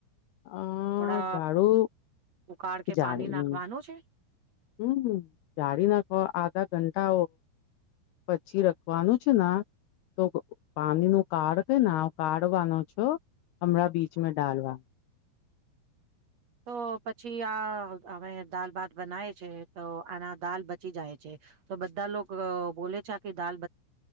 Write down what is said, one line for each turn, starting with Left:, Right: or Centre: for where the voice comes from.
Left: અ
Right: થોડા
Left: જાડું
Right: ઉકાળ કે
Left: જાડું
Right: પાણી નાખવાનું છે?
Left: હમ જાળી નાખ આધા ઘંટા પછી રખવાનું છે, તો પાણી ન કાળ કે કાઢવાનો છો, હમણાં બીચમાં ડાલવા.
Right: તો પછી આ હવે દાલ ભાત બનાય છે તો આના દાલ બચી જાય છે, તો બધા લોકો બોલે છે આ કે દાલ